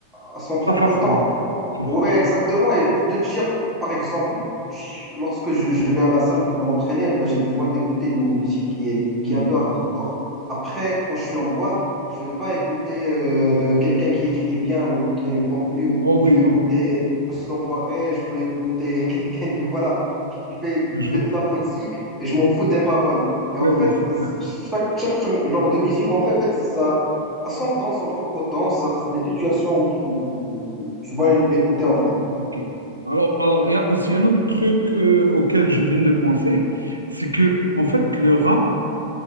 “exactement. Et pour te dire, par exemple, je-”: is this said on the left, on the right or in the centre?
Centre